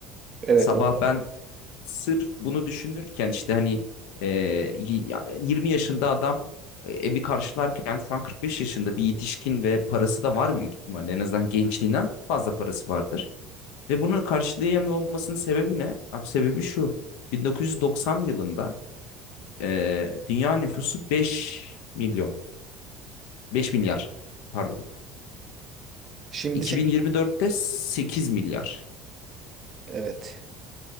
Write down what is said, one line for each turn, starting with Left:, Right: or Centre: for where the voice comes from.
Right: Evet,
Left: Sabah
Right: o
Left: ben sırf bunu düşünürken işte hani e, y- ya- 20 yaşında adam e, evi karşılarken şu an 45 yaşında bir yetişkin ve parası da var büyük ihtimalle en azından gençliğinden fazla parası vardır. Ve bunu karşılayamıyor olmasının sebebi ne? Abi sebebi şu 1990 yılında ee, dünya nüfusu 5 milyon. 5 milyar. Pardon.
Right: şimdi
Left: 2024'te
Right: sekiz.
Left: 8 milyar.
Right: Evet.